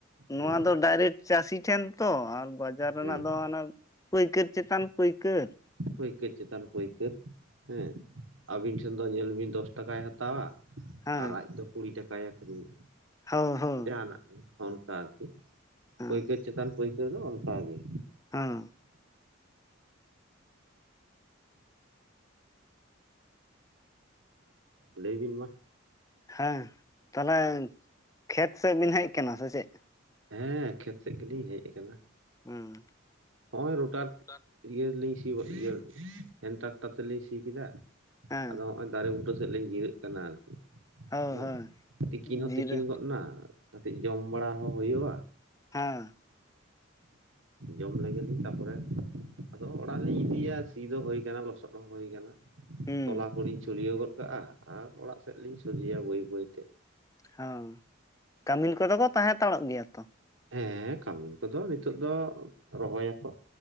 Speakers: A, on the left (about 15°); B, on the right (about 75°).
A: ᱱᱚᱣᱟ
B: ᱦᱮᱸ
A: ᱫᱚ ᱰᱟᱭᱨᱮᱠᱴ ᱪᱟᱹᱥᱤ ᱴᱷᱮᱱ ᱛᱚ ᱟᱨ ᱵᱟᱡᱟᱨ ᱨᱮᱱᱟᱜ
B: ᱦᱮᱸ
A: ᱫᱚ ᱦᱟᱱᱮ ᱯᱟᱹᱭᱠᱟᱹᱨ ᱪᱮᱛᱟᱱ ᱯᱟᱹᱭᱠᱟᱹᱨ,
B: ᱯᱟᱹᱭᱠᱟᱹᱨ ᱪᱮᱛᱟᱱ ᱯᱟᱹᱭᱠᱟᱹᱨ ᱦᱮᱸ ᱟᱵᱤᱱ ᱴᱷᱮᱱ ᱫᱚ ᱧᱮᱞ ᱵᱤᱱ ᱫᱚᱥ ᱴᱟᱠᱟᱭ ᱦᱟᱛᱟᱣᱟ
A: ᱦᱮᱸ
B: ᱟᱨ ᱟᱡ ᱫᱚ ᱠᱩᱲᱤ ᱴᱟᱠᱟᱭ ᱟᱹᱷᱨᱤᱧᱟ᱾
A: ᱦᱳ ᱦᱳ
B: ᱡᱟᱦᱟᱸᱱᱟᱜ ᱜᱮ ᱚᱱᱠᱟ ᱟᱨᱠᱤ
A: ᱦᱮᱸ
B: ᱯᱟᱹᱭᱠᱟᱹᱨ ᱪᱮᱛᱟᱱ ᱯᱟᱹᱭᱠᱟᱹᱨ ᱫᱚ ᱚᱱᱠᱟᱜ ᱜᱮ᱾
A: ᱦᱮᱸ
B: ᱞᱟᱹᱭ ᱵᱤᱱ ᱢᱟ᱾
A: ᱦᱮᱸ ᱛᱟᱦᱚᱞᱮ ᱠᱷᱮᱛ ᱥᱮᱫ ᱵᱤᱱ ᱦᱮᱡ ᱟᱠᱟᱱᱟ ᱥᱮ ᱪᱮᱫ?
B: ᱦᱮᱸ ᱠᱷᱮᱛ ᱥᱮᱫ ᱜᱮ ᱞᱤᱧ ᱦᱮᱡ ᱟᱠᱟᱱᱟ,
A: ᱦᱮᱸ
B: ᱦᱚᱜᱼᱚᱭ ᱨᱚᱴᱟᱨ
A: <unintelligible>
B: ᱤᱭᱟᱹ ᱨᱮᱞᱤᱧ ᱥᱤ ᱤᱭᱟᱹ ᱦᱮᱱ ᱴᱨᱟᱠᱴᱟᱨ ᱛᱮᱞᱤᱧ ᱥᱤ ᱠᱮᱫᱟ᱾
A: ᱦᱮᱸ
B: ᱟᱫᱚ ᱱᱚᱜ ᱚᱚᱭ ᱫᱟᱨᱮ ᱵᱩᱴᱟᱹ ᱥᱮᱫ ᱞᱤᱧ ᱡᱤᱨᱟᱹᱜ ᱠᱟᱱᱟ ᱟᱨᱠᱤ᱾
A: ᱦᱳᱭ
B: ᱦᱮᱸ
A: ᱦᱳᱭ
B: ᱛᱤᱠᱤᱱ ᱦᱚᱸ
A: ᱡᱤᱨᱟᱹ
B: ᱛᱤᱠᱤᱱ ᱜᱚᱫ ᱮᱱᱟ ᱠᱟᱹᱴᱤᱡ ᱡᱚᱢ ᱵᱟᱲᱟ ᱦᱚᱸ ᱦᱩᱭᱩᱜᱼᱟ᱾
A: ᱦᱮᱸ
B: ᱡᱚᱢ ᱞᱮᱜᱮ ᱞᱤᱧ ᱛᱟᱯᱚᱨᱮ ᱟᱫᱚ ᱚᱲᱟᱜ ᱞᱤᱧ ᱤᱫᱤᱭᱟ ᱥᱤ ᱫᱚ ᱦᱩᱭ ᱟᱠᱟᱱᱟ ᱞᱚᱥᱚᱫ ᱦᱚᱸ ᱦᱩᱭ ᱟᱠᱟᱱᱟ᱾
A: ᱦᱩᱸ
B: ᱛᱚᱞᱟ ᱠᱚ ᱞᱤᱧ ᱪᱷᱩᱲᱭᱟᱹᱣ ᱜᱚᱫ ᱠᱟᱜᱼᱟ ᱟᱨ ᱚᱲᱟᱜ ᱥᱮᱫ ᱞᱤᱧ ᱥᱚᱡᱷᱮᱭᱟ ᱵᱟᱹᱭ ᱵᱟᱹᱭ ᱛᱮ᱾
A: ᱦᱮᱸ ᱠᱟᱹᱢᱤᱱ ᱠᱚᱫᱚ ᱠᱚ ᱛᱟᱦᱮᱸ ᱦᱟᱛᱟᱲᱚᱜ ᱜᱮᱭᱟ ᱛᱚ?
B: ᱦᱮᱸ ᱠᱟᱹᱢᱤᱱ ᱠᱚᱫᱚ ᱱᱤᱛᱚᱜ ᱫᱚ ᱨᱚᱦᱚᱭᱟ ᱠᱚ᱾